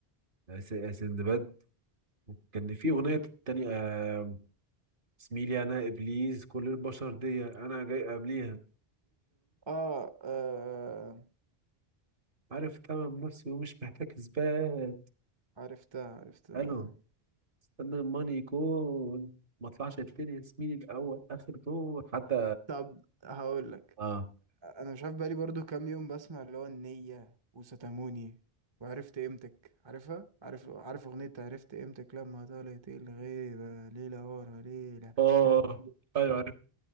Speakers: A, on the right; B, on the right.
A: آه، س- آه، سندباد كان في اغنيه تانية آه، اسمي لي انا ابليس كل البشر دي انا جاي قبليها
B: آه, آه
A: عارف تمام نفسي ومش محتاج اثبات
B: عرفتها عرفتها
A: الو استنى الماني يكون ما طلعش التاني يا زميلي الاول اخر دور حتى
B: طب هقول لك
A: اه
B: أنا مش عارف بقالي برضو كام يوم بسمع اللي هو النية وستاموني وعرفت قيمتك عارفها عارف عارف أغنية عرفت قيمتك لما طالت الغيبة ليلة ورا ليلة
A: اه
B: شاب
A: ايوه عارف